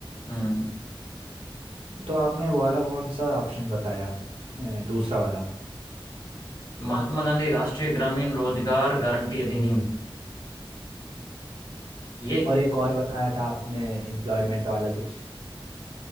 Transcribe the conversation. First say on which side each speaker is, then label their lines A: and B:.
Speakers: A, on the left (about 45°); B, on the right (about 90°).
A: हम्म
B: तो आपने वो वाला कौन सा ऑप्शन बताया अ, दूसरा वाला
A: महात्मा गांधी राष्ट्रीय ग्रामीण रोजगार गारंटी अधिनियम ये
B: और एक और बताया था आपने एम्प्लॉयमेंट वाला कुछ